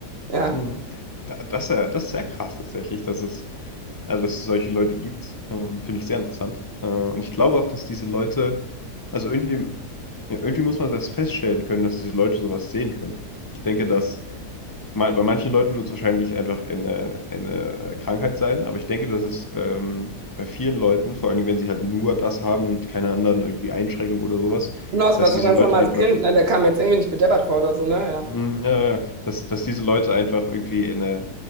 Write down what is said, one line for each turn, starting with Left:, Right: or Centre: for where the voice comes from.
Right: Ja.
Left: mhm. Da- Das ist ja, das ist sehr krass tatsächlich, dass es Also, dass es solche Leute gibt, ähm, finde ich sehr interessant. Äh, und ich glaube auch, dass diese Leute, also irgendwie, ja, irgendwie muss man das feststellen können, dass diese Leute sowas sehen können. Ich denke, dass mal, bei manchen Leuten wird es wahrscheinlich einfach eine, eine Krankheit sein, aber ich denke, dass es ähm, bei vielen Leuten, vor allem wenn sie halt nur das haben und keine anderen irgendwie Einschränkungen oder sowas,
Right: Genau, das
Left: dass
Right: war so
Left: diese
Right: ein ganz
Left: Leute
Right: normales
Left: einfach,
Right: Kind, ne? Der kam jetzt irgendwie nicht bedeppert vor oder so, ne? Ja.
Left: hm, ja, ja, ja, dass, dass diese Leute einfach irgendwie eine,